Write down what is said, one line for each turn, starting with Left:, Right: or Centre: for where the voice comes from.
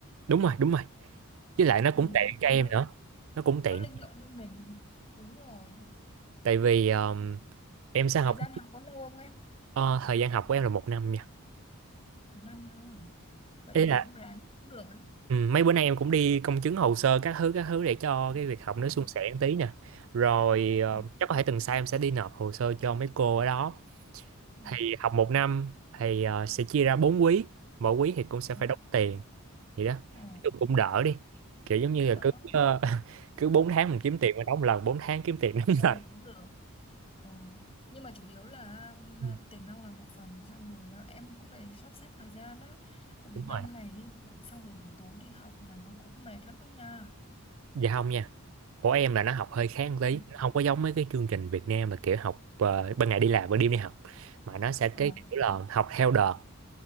Right: Đúng rồi, đúng rồi. với lại nó
Left: Ừ.
Right: cũng tiện
Left: Mà
Right: cho em
Left: Nó,
Right: nữa nó cũng tiện
Left: nó linh động như mình. Đúng rồi.
Right: tại vì um, em sẽ
Left: Thời
Right: học
Left: gian học có lâu không em?
Right: ờ, thời gian học của em là một năm nha
Left: Một năm nữa. à? Vậy
Right: ý
Left: thì
Right: là
Left: cũng ráng cũng được ấy.
Right: ừ, mấy bữa nay em cũng đi công chứng hồ sơ các thứ các thứ để cho cái việc học nó
Left: Ừ.
Right: suôn sẻ một tí nè rồi ờ,
Left: Ừ.
Right: chắc có thể tuần sau em sẽ đi nộp hồ sơ cho mấy cô ở đó
Left: Ừ.
Right: thì học một năm thì ờ, sẽ chia ra bốn quý mỗi quý thì cũng sẽ
Left: Ừ.
Right: phải đóng tiền vậy đó Nói
Left: ừ,
Right: chung cũng đỡ đi kiểu giống như
Left: Cũng đỡ.
Right: là cứ ờ, <laughs> cứ 4 tháng mình kiếm tiền mình đóng một lần 4 tháng kiếm tiền đóng một
Left: Ờ
Right: lần
Left: cũng được. Ờ, nhưng mà chủ yếu là um,
Right: Ừ,
Left: tiền nong là một phần xong rồi uh, em cũng phải sắp xếp thời gian đấy tại vì
Right: đúng
Left: ban
Right: rồi
Left: ngày đi dạy xong rồi buổi tối đi học là nó cũng mệt lắm đó nha
Right: dạ không nha của em là nó học hơi khác một
Left: Ừ.
Right: tí nó không có giống mấy cái chương trình Việt Nam mà kiểu học ờ, ban ngày đi làm ban đêm đi học mà nó sẽ cái
Left: ờ
Right: kiểu là học theo đợt